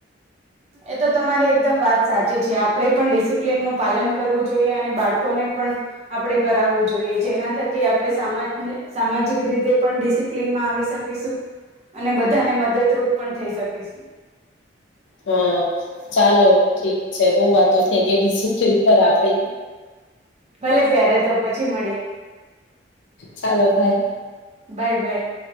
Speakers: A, on the right (about 35°); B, on the left (about 80°).
A: એતો તમારી એકદમ વાત સાચી છે આપે પણ ડિસિપ્લિનનુંું પાલન કરવું જોઈએ અને બાળકોને પણ આપણેે કરાવવું જોઈએ જેના થકી આપણે સામા સામાજિક રીતે પણ ડિસિપ્લિનમાં આવી શકીશું અને બધાને મદદરૂપ પણ થઈ શકીશું
B: હા ચાલો ઠીક છે બહ વાતો થઈ કે ડિસિપ્લીન બ આપે
A: ભલે જ્યારે તો પછી મળીએ
B: ચાલો ભાઈ
A: બાય બાય